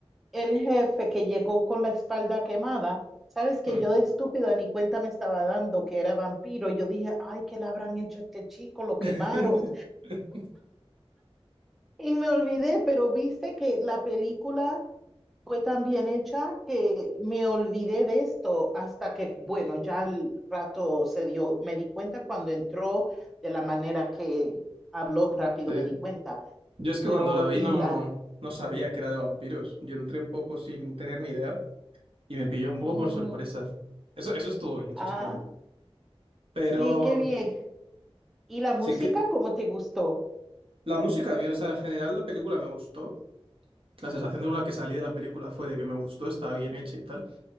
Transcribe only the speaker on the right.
Mm.
<laughs>
Sí.
Yo es
que cuando la vi
no,
no sabía que era de vampiros. Yo entré un poco sin tener ni idea y me pilló un poco
por sorpresa. Eso, eso estuvo bien, eso
estuvo bien. Pero
sí que
la música bien, o sea, en general la película me gustó. La sensación con la que salí de la película fue de que me gustó, estaba bien hecha y tal.